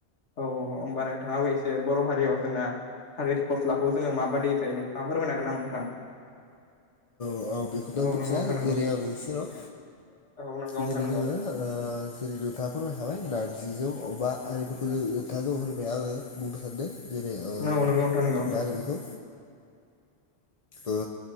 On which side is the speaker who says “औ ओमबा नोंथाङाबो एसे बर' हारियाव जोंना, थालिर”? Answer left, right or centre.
Left